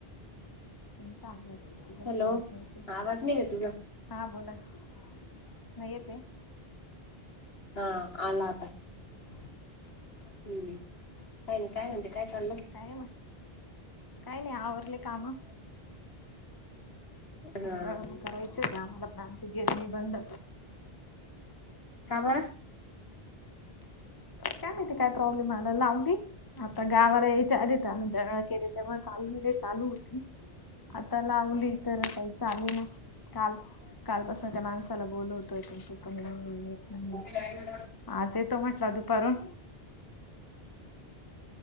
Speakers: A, on the left; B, on the left.
A: पण सहावाज घकलेतते.
B: हॅलो आवाज नाही का तुझा
A: हा बोला नाही येते.
B: हा आला आता ह् का नाही काय म्हणती काय चाललं.
A: काय म काही नाही आवरले काम.
B: हा
A: ळ करायच का आम्हालामची गेरणी बंद
B: खबर.
A: काय माती काय प्रॉब्लेम आला ला अगदी आता गावाला यायच्या आधी त्या दळं केली. तेव चाललेले चालू होती आता लावली तर काही. चाले ना काल कालपासून त्या माणसाला बोलवतोयण तो पण येत नाही.
B: कर
A: आज येतो म्हटला दुपारून.